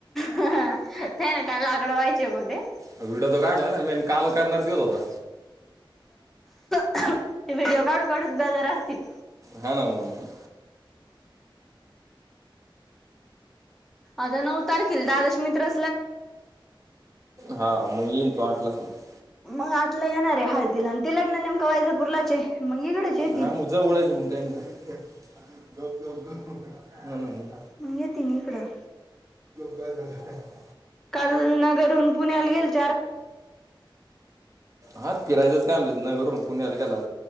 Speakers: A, in the centre; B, on the right.
A: ह ते ना काय लाकडं व्हायचे होते.
B: व्हिडिओ तो काढला ना मेन काम करणार त्योच होता.
A: ते व्हिडिओ काढू काढूूच बेजार असतील.
B: हा ना म.
A: आता नऊ तारखेला दादश मित्र.
B: हा मग येईन तो आटला समज.
A: मग आठला येणार आहे हळदीला आणि ते लग्न नेमकं वायजापूरलाच आहे मग इकडेच येतील
B: हा मुझा ओलायच <unintelligible> काही नाही का गप <unintelligible>
A: मंग येतीन इकडं.
B: का झा <unintelligible>
A: काल नगरहून पुण्याला गेलत.
B: हा फिरायचंच काम तिथं नगर वरून पुण्या आली. ला